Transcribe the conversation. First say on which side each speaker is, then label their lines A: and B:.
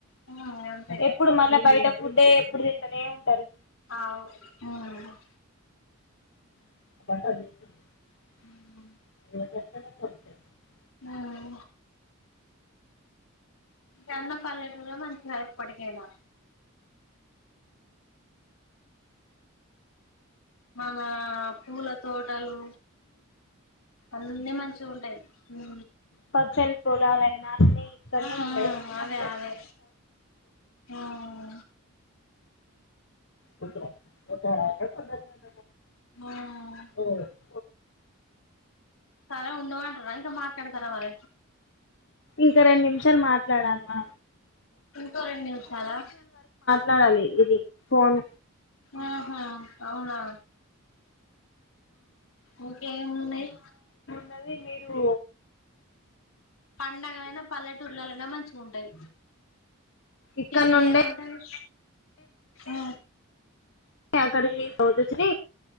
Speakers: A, on the left; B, on the left.
A: ఉమ్ అంతే
B: ఎప్పుడు మళ్ళా బయట పుడ్డే ఇప్పుడు తింటనే ఉంటారు
A: ఆ హ
B: <unintelligible>
A: హ్మ్
B: <unintelligible>
A: ఆవు జన్నపల్లెటూర మంచిగా హపు పడిగలా మన పూల తోటలు అన్నీ మంచిగా ఉంటాయి ఉ
B: ప చలిపోలోలైనా నక
A: ఉమ్ ఉమ్ అదే అదే ఉమ్
B: సత్ర అ
A: ఉమ్
B: పో
A: సరా ఉండవాంటా ఇంకా మాట్లాడతారా వర
B: ఇంకా రెండు నిమిషాలు మాట్లాడాలమా
A: ఇంకరం నివసాలా
B: లాలి ఇది ఫోన్
A: ఆహా అవునా ఇంకా ఏం ఉన్నాయి
B: నవే మీరు
A: పండగ అైనా పల్లెటూళ్ల మంచి ఉంటాయి
B: ఇక్కడ
A: సిటీలో
B: నుండే
A: ఏం ఉంటది ఆ
B: అక్కడికి పోతొచ్చిన